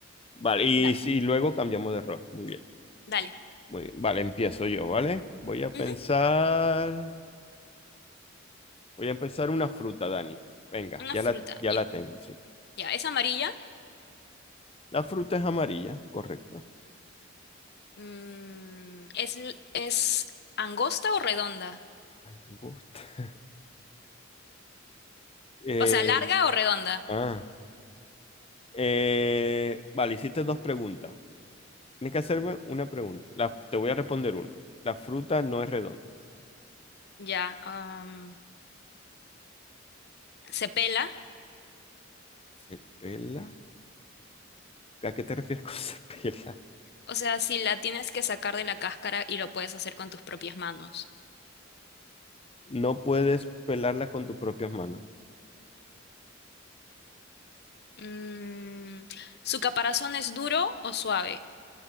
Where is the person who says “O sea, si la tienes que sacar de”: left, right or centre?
Left